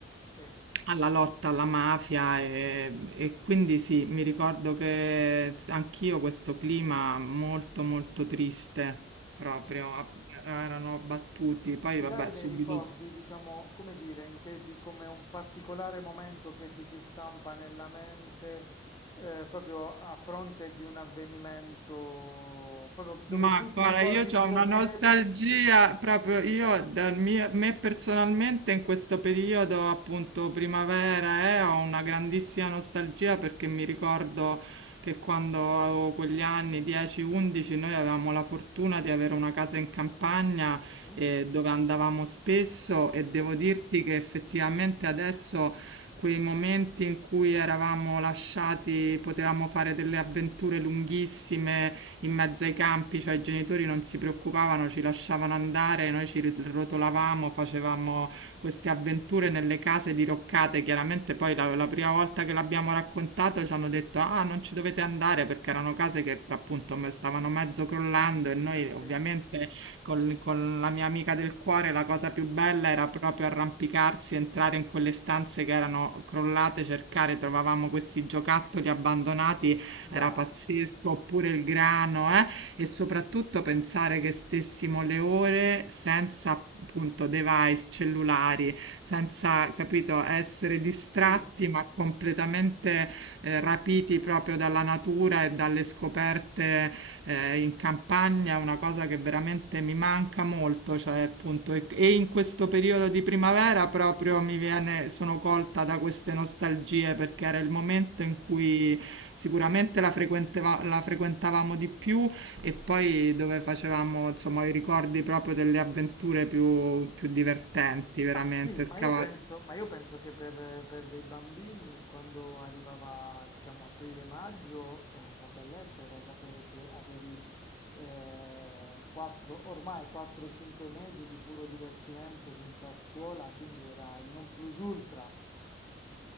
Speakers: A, on the left; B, on the right.
A: sì,
B: alla lotta alla mafia e, e quindi sì, mi ricordo che anch'io questo clima molto molto triste proprio,
A: certo.
B: a- erano battuti, poi
A: Ed
B: vabbè
A: hai dei
B: subito
A: ricordi, diciamo, come dire, intesi come un particolare momento che ti si stampa nella mente, eh, proprio a fronte di un avvenimento, proprio dove
B: Ma
A: tu ti
B: guarda,
A: ricordi
B: io ho
A: dove
B: una nostalgia
A: eri?
B: proprio io, dal mio- me personalmente in questo periodo, appunto primavera, eh, ho una grandissima nostalgia perché mi ricordo che quando avevo quegli anni, 10-11, noi avevamo la fortuna di avere una casa in campagna
A: Mhm,
B: eh, dove andavamo spesso e devo
A: Sì,
B: dirti che effettivamente adesso... Quei momenti in cui eravamo lasciati, potevamo fare delle avventure lunghissime, in mezzo ai campi, cioè i genitori non si preoccupavano, ci lasciavano andare, noi ci rit- rotolavamo, facevamo queste avventure nelle case diroccate. Chiaramente poi la, la prima volta che l'abbiamo raccontato ci hanno detto ah non ci dovete andare perché erano case che appunto me- stavano mezzo crollando e noi
A: sì,
B: ovviamente col- con la mia amica del cuore la cosa più bella era proprio arrampicarsi, entrare in quelle stanze che erano crollate, cercare, trovavamo questi giocattoli abbandonati
A: dai,
B: era pazzesco, oppure il grano, eh? E soprattutto pensare che stessimo le ore senza appunto device cellulari, senza, capito, essere distratti
A: sì,
B: ma completamente eh, rapiti proprio dalla natura e dalle scoperte eh, in campagna è una cosa che veramente mi manca molto, cioè appunto e, e in questo periodo di primavera
A: vero,
B: proprio
A: vero.
B: mi viene, sono colta da queste nostalgie perché era il momento in cui sicuramente la frequenteva- la frequentavamo di più e poi dove facevamo insomma i ricordi proprio delle avventure più, più divertenti, veramente
A: Ma sì, ma
B: scavare.
A: io penso, ma io penso che per, per dei bambini, quando arrivava, diciamo, aprile-maggio, eh, la bellezza era sapere che avevi eh, quattro- ormai 4-5 mesi di puro divertimento senza scuola, quindi era il non plus ultra.